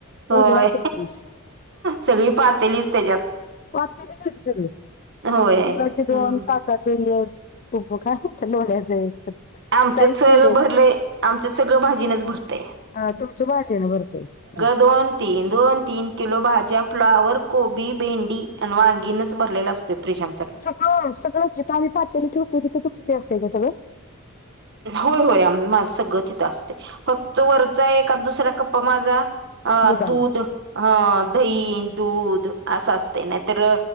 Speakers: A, on the right; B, on the left.
A: होय
B: भरलाय तो फ्रीज
A: सगळी पातेलीच त्याच्यात
B: पातेलीच आहेत सगळे
A: होय
B: दुधाचे
A: हम्म
B: दोन तपाच एक तुप काय म्हणता लोण्याचं एक
A: आमच्यात
B: साईजच
A: <unintelligible>
B: एक
A: भरलंय आमच्याच सगळं भाजीनच भरतंय
B: हा तुमचं भाजीन भरतय फ्रिज
A: दोन तीन दोन तीन किलो भाज्या फ्लावर कोबी भेंडी आणि वांगीनच भरलेला आसतोय फ्रिज आम
B: सगळं सगळं जिथं आम्ही पातेली ठेवतो जिथे तुमचं ते आसतंय का ते सगळं
A: होय होय आ माझ् सगळं तिथं आसतंय फक्त वरचा एकाद दुसरा कप्पा माझा अ
B: दुधानं
A: दूध हं दही दूध असं आसतंय नाही तर